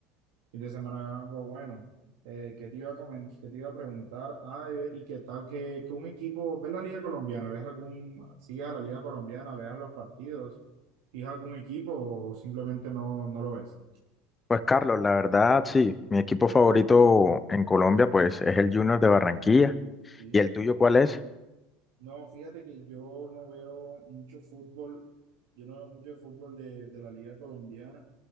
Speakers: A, on the right; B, on the left.
A: fin de semana haga algo bueno. Eh, ¿qué te iba a comen- qué te iba a preguntar? Ay, y, y qué tal que, que un equipo, ¿ves la Liga Colombiana? ¿Ves algún, sigues a la Liga Colombiana? ¿Ves los partidos? ¿Sigues algún equipo o simplemente no, no lo ves?
B: Pues Carlos, la verdad, sí, mi equipo favorito en Colombia, pues es el Junior de Barranquilla.
A: Sí.
B: ¿Y el tuyo cuál es?
A: No, fíjate que yo no veo mucho fútbol, yo no veo mucho fútbol de, de la Liga Colombiana.